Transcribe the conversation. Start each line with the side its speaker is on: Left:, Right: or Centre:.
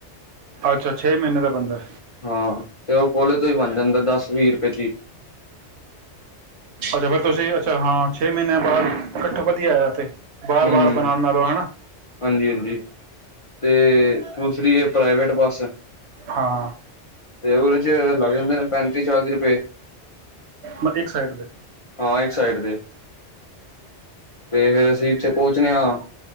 Right: ਅੱਛਾ ਛੇ ਮਹੀਨੇ ਦਾ ਬੰਦਾ
Left: ਹਾਂ ਤੇ ਉਹ ਕੋਲੇ ਤੋਂ ਹੀ ਬਣ ਜਾਂਦਾ ਦਸ ਵੀਹ ਰੁਪਏ ਚ
Right: ਅੱਛਾ ਫੇਰ ਤੁਸੀਂ ਅੱਛਾ ਹਾਂ ਛੇ ਮਹੀਨੇ ਬਾਅਦ ਇਕੱਠ ਵਧੀਆ ਆਇਆ ਤੇ ਬਾਰ
Left: ਹੂੰ-ਹੂੰ,
Right: ਵਾਰ ਬਣਾਉਣ ਨਾਲਓ ਹੈਾ
Left: ਹਾਂਜੀ-ਹਾਂਜੀ ਤੇ ਦੂਸਰੀ ਹੈ ਪ੍ਰਾਈਵੇਟ ਬੱਸ
Right: ਹਾਂ
Left: ਤੇ ਉਹਦੇ ਚ ਲੱਗ ਜਾਂਦੇ ਨੇ ਪੈਂਤੀ ਚਾਲੀਪਏ
Right: ਮ ਇੱਕ ਸਾਈਡ ਦੇ
Left: ਹਾਂ ਇੱਕ ਸਾਈਡ ਦੇ ਤੇ ਫੇਿਰ ਅਸੀਂ ਉੱਥੇ ਪਹੁੰਚਦੇ ਹਾਂ